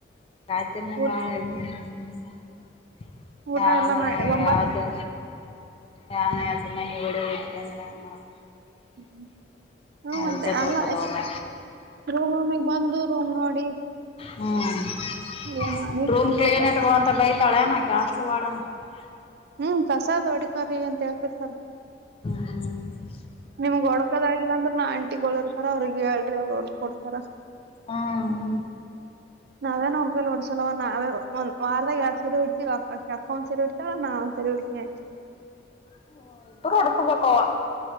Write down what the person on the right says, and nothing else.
ಊಟ
ಊಟ
ಎಲ್ಲಾ ಮಾಡಿ
ಒಂಬತ್
ಹ್ಮ
ಮತ್ತೆ
ಅಲ್ಲ
ರೂಮ್ ರೂಮಿಗೆ ಬಂದು ರೂಮ್ ನೋಡಿ
ಎಲ್ಲ ಮಾಡಿ
ಹೋತಾರ
ಹ್ಮ್ ಕಸದ ಹೊಡಿಕರಿ ಅಂತ್ <unintelligible> ಹೇಳ್ತಿರ್ತಾರಾ
ನಿಮ್ಗ್ ಒಳಕದ ಆಗಿಲ್ಲ ಅಂದ್ರೆ ನ ಆಂಟಿ ಕೊಳರ್ ರ ಅವ್ರಿಗೆ ಹೇಳ್ರಿ ಅವ್ರು <unintelligible> ಓಡಸ್ಕ ಕೊಡ್ತಾರ
ನಾವೇ ನಮಕಲ್ಲೋಡ ಸಲವಾ ನ ಅವೆ ಒಂದು ವಾರದ ಯಾವಾರಡು ಸರಿ <unintelligible> ಬಿಡ್ತೀ ಅಕ್ಕ ಒಂದ್ ಸರಿ ಉಡ್ತ ನಾ ಒಂದ ಸರಿ ಹೊಡಿತನಯ <unintelligible>